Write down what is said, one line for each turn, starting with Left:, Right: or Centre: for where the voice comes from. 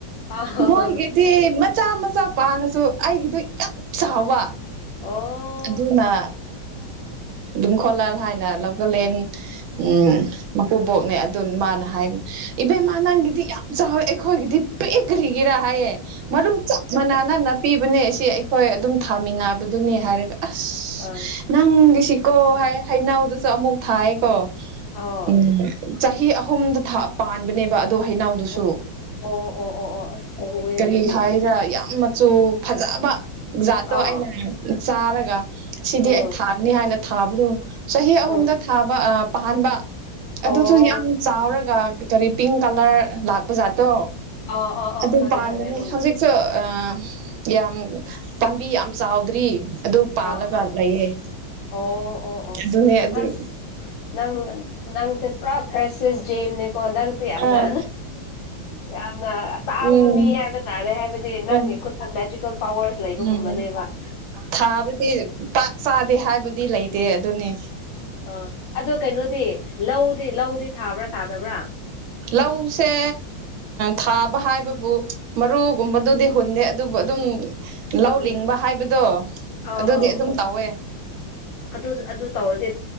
Left: ꯑꯥ
Right: ꯃꯣꯏꯒꯦꯗꯤ ꯃꯆꯥ ꯃꯆꯥ ꯄꯥꯅꯁꯨ ꯑꯩꯒꯤꯗꯣ ꯌꯥꯝ ꯆꯥꯎꯕ
Left: ꯑꯣ
Right: ꯑꯗꯨꯅ ꯨꯡꯈꯣꯂꯜ ꯍꯥꯏꯅ ꯂꯧꯒꯂꯦꯟ ꯎ ꯃꯀꯨꯕꯣꯛꯅꯦ ꯑꯗꯨꯅ ꯃꯥꯅ ꯍꯥꯏꯕ ꯏꯕꯦꯝꯃ ꯅꯪꯒꯤꯗꯤ ꯌꯥꯝ ꯆꯥꯎꯋꯦ ꯑꯩꯈꯣꯏꯒꯤꯗꯤ ꯄꯦꯛꯈ꯭ꯔꯤꯒꯤꯔ ꯍꯥꯏꯌꯦ ꯑꯗꯨ ꯆꯞ ꯃꯥꯟꯅꯅꯥ ꯄꯤꯕꯅꯦ ꯑꯁꯤ ꯑꯩꯈꯣꯏ ꯑꯗꯨꯝ ꯊꯥꯃꯤꯟꯅꯕꯗꯨꯅꯤ ꯍꯥꯏꯔꯒ ꯑꯁ
Left: ꯑꯪ
Right: ꯅꯪꯒꯤꯁꯤꯀꯣ ꯍꯥꯏ ꯍꯩꯅꯎꯗꯨꯁꯨ ꯑꯃꯨꯛ ꯊꯥꯏꯌꯦꯀꯣ
Left: ꯑꯥ
Right: ꯎꯝ ꯆꯍꯤ ꯑꯍꯨꯝꯗ ꯄꯥꯟꯕꯅꯦꯕ ꯑꯗꯨ ꯍꯅꯥꯎꯗꯨꯁꯨ
Left: ꯑꯣ ꯑꯣ ꯑꯣ ꯑꯣ ꯑꯣ ꯑꯁ ꯊꯨꯏꯅꯦ
Right: ꯀꯔꯤ
Left: ꯑꯗꯨꯗꯤ
Right: ꯍꯥꯏꯔ꯭ꯔꯥ ꯌꯥꯝ ꯆꯨ ꯐꯖꯕ ꯖꯥꯠꯇꯣ
Left: ꯑꯥ
Right: ꯑꯩꯅ ꯆꯥꯔꯒ ꯁꯤꯗꯤ
Left: ꯎꯝ
Right: ꯑꯩ ꯊꯥꯅꯤ ꯍꯥꯏꯅ ꯊꯥꯕꯗꯣ ꯆꯍꯤ ꯑꯍꯨꯝꯗ
Left: ꯎꯝ
Right: ꯊꯥꯕ ꯄ
Left: ꯑꯣ
Right: ꯑꯗꯨꯁꯨ ꯌꯥꯝ ꯆꯥꯎꯔꯒ ꯀꯔꯤ ꯄꯤꯡ ꯀꯂꯔ ꯂꯥꯛꯄ ꯖꯥꯠꯇꯣ
Left: ꯑꯥ ꯑꯥ ꯑꯥ
Right: ꯑꯗꯨ
Left: ꯈꯪꯉꯦ
Right: ꯄꯗꯅꯦ
Left: ꯈꯪꯉꯦ ꯎꯝ
Right: ꯍꯧꯖꯤꯛꯁꯨ ꯑ ꯌꯥꯝ ꯄꯥꯝꯕꯤ ꯌꯥꯝ ꯆꯥꯎꯗ꯭ꯔꯤ ꯑꯗꯨ ꯄꯥꯜꯂꯒ
Left: ꯑꯥ ꯑꯥ
Right: ꯂꯩꯌꯦ
Left: ꯑꯣ ꯑꯣ ꯑꯣ
Right: ꯑꯗꯨꯅꯦ ꯑꯗꯨ
Left: ꯑꯁ ꯅꯪ ꯅꯪꯁꯦ ꯄꯨꯔꯥ ꯀ꯭ꯔꯥꯏꯁꯤꯁ ꯀꯣ ꯅꯪꯁꯦ ꯌꯥꯝꯅ
Right: ꯑꯥ
Left: ꯌꯥꯝꯅ ꯇꯥꯡꯕ
Right: ꯎꯝ
Left: ꯃꯤ ꯍꯥꯏꯕ ꯇꯥꯔꯦ ꯍꯥꯏꯕꯗꯤ ꯅꯪꯒꯤ
Right: ꯍꯣꯏ
Left: ꯈꯨꯠꯇ ꯃꯦꯖꯤꯀꯦꯜ ꯄꯋꯥꯔꯁ ꯂꯩꯕꯒꯨꯝꯕꯅꯦꯕ
Right: ꯎꯝ ꯊꯥꯕꯗꯤ ꯄꯥꯛ ꯆꯥꯗꯦ ꯍꯥꯏꯕꯗꯤ ꯂꯩꯇꯦ ꯑꯗꯨꯅꯤ
Left: ꯑ ꯑꯗꯨꯣ ꯀꯩꯅꯣꯗꯤ ꯂꯧꯗꯤ ꯂꯧꯗꯤ ꯊꯥꯕ꯭ꯔꯥ ꯊꯥꯗꯕ꯭ꯔꯥ
Right: ꯂꯧꯁꯦ ꯊꯥꯕ ꯍꯥꯏꯕꯕꯨ ꯃꯔꯨꯒꯨꯝꯕꯗꯨꯗꯤ ꯍꯨꯟꯗꯦ ꯑꯗꯨꯕꯨ ꯑꯗꯨꯝ ꯂꯧ
Left: ꯎꯝ
Right: ꯂꯤꯡꯕ ꯍꯥꯏꯕꯗꯣ
Left: ꯑꯧ
Right: ꯑꯗꯨꯗꯤ
Left: ꯑꯧ
Right: ꯑꯗꯨꯝ ꯇꯧꯋꯦ
Left: ꯑꯗꯨ ꯑꯗꯨ ꯇꯧꯔꯗꯤ